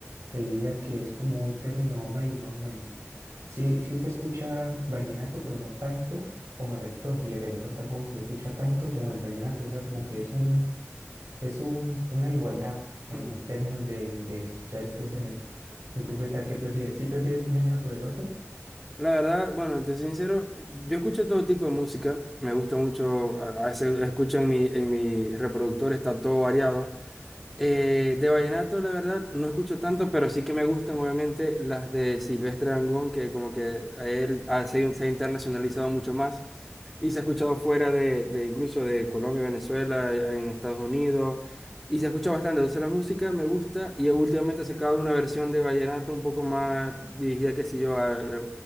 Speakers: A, on the right (about 85°); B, in the centre.
A: te diría que es como un término medio, más o menos. Sí, sí se escucha vallenato, pero no tanto como el reggaetón, y el reggaetón tampoco se escucha tanto como el vallenato, o sea, como que es un, es un, una igualdad en
B: <clears throat>
A: términos de, de escuchar estos géneros. ¿Y tú qué tal? ¿Qué prefieres? ¿Sí prefieres un género sobre el otro?
B: La verdad, bueno, te soy sincero, yo escucho todo tipo de música, me gusta mucho, a a veces escucho en mi, en mi reproductor, está todo variado. Eh, de vallenato, la verdad, no escucho tanto, pero sí que me gustan obviamente las de Silvestre Dangond, que como que a él ah, se, se ha internacionalizado mucho más. Y se ha escuchado fuera de, de incluso de Colombia, Venezuela, eh, en Estados Unidos. Y se escucha bastante. Entonces la música me gusta y últimamente se acaba una versión de vallenato un poco más dirigida, qué sé yo, a- re-